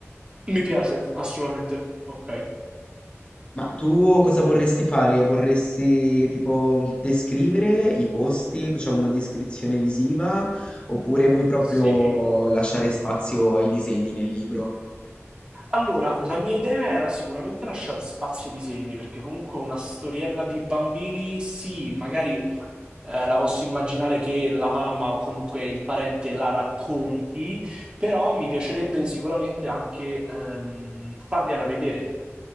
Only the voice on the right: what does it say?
mi piace, assolutamente. Ok,
sì.
Dimmi.
Allora, la mia idea era sicuramente lasciare spazio ai disegni, perché comunque una storiella di bambini, sì, magari eh, la posso immaginare che la mamma o comunque il parente la racconti, però mi piacerebbe sicuramente anche ehm, fargliela vedere